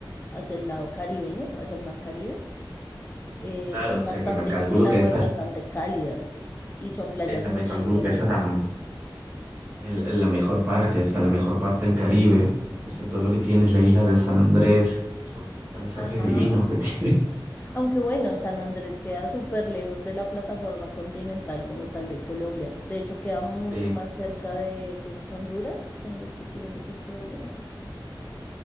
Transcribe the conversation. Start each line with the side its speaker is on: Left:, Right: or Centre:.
Left: hacia el lado caribeño, hacia el mar Caribe, eh,
Right: Claro,
Left: son
Right: o sea
Left: bastante,
Right: que me calculo
Left: son aguas
Right: que esa
Left: bastante
Right: es
Left: cálidas y son playas
Right: es la,
Left: muchísimo
Right: me calculo que
Left: más
Right: esa
Left: bonitas.
Right: es la, el- la mejor parte, o sea, la mejor parte del Caribe. O sea, todo lo que tienes, la isla de San Andrés, esos paisajes
Left: Ajá.
Right: divinos que tiene. <laughs>
Left: Aunque bueno, San Andrés queda súper lejos de la plataforma continental como tal de Colombia. De hecho, queda mucho
Right: Sí.
Left: más cerca de, creo que es Honduras, con los que tuvimos el problema,